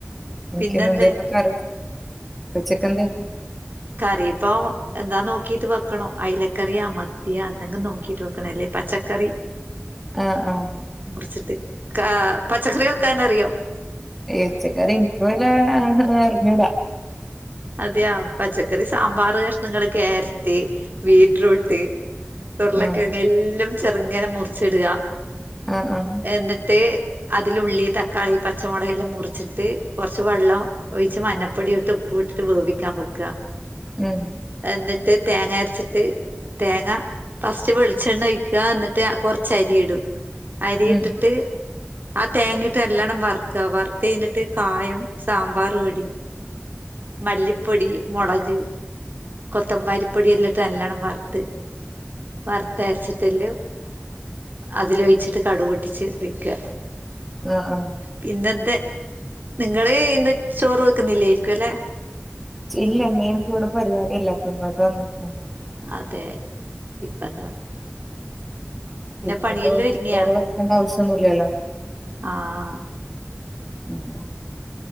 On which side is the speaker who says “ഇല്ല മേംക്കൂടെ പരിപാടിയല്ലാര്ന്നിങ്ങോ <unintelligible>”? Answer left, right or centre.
Centre